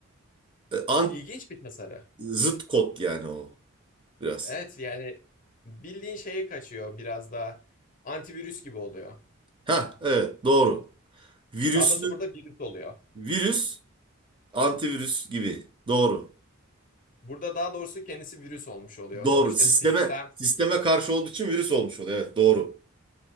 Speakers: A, on the right (about 25°); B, on the left (about 40°).
A: E, Ant
B: ilginç bir tasarı.
A: zıt kod yani o biraz.
B: Evet yani bildiğin şeye kaçıyor biraz daha antivirüs gibi oluyor.
A: Ha evet doğru. Virüsü
B: Daha doğrusu burada virüs oluyor.
A: virüs antivirüs gibi. Doğru.
B: Burada daha doğrusu kendisi virüs olmuş oluyor.
A: Doğru.
B: Sonuçta
A: Sisteme
B: sistem
A: sisteme karşı olduğu için virüs olmuş oluyor. Evet doğru.